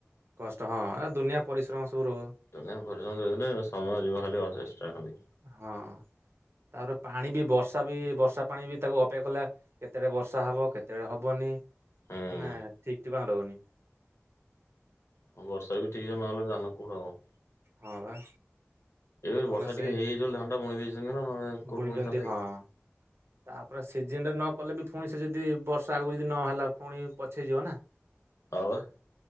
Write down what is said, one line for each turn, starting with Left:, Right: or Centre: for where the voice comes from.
Right: କଷ୍ଟ ହଁ, ଏ ଦୁନିଆ ପରିଶ୍ରମ ସବୁ ର
Left: ଦୁନିଆ ପରିଶ୍ରମ ନେଇଗଲେ ସମୟ ଯିବ ଖାଲି ଅସେଷ୍ଟା ଖାଲି
Right: ହଁ ତାପରେ ପାଣି ବି, ବର୍ଷା ବି, ବର୍ଷା ପାଣି ବି, ତାକୁ ଅପେକ୍ଷା କଲେ କେତେବେଳେ ବର୍ଷା ହବ, କେତେବେଳେ ହବନି
Left: ହୁଁ।
Right: ନା, ଠିକ ଠିକଣା ରହୁନି।
Left: ଆଉ ବର୍ଷା ବି ଠିକ୍ ସେ ନହଲେ ଧାନ କୋଉଠୁ ହବ?
Right: ହଁ ବା।
Left: ଏବେ
Right: ତମେ
Left: ବର୍ଷା
Right: ସେଇ
Left: ଟିକେ ହେଇଯାଇଛି ବୋଲି, ଧାନଟା ବୁଣି ଦେଇଛନ୍ତି ନା, ନହେଲେ ଏଇନା କୋଉଠି
Right: ବୁଣିଛନ୍ତି
Left: ବୁଣିଥାନ୍ତେ
Right: ହଁ।
Left: କି?
Right: ତାପରେ ସିଜନରେ ନ କଲେ ବି ଫୁଣି ସେ ଯଦି ବର୍ଷା ଆଗକୁ ଯଦି ନହେଲା, ପୁଣି ପଛେଇଯିବ ନା?
Left: ହଁ ବା।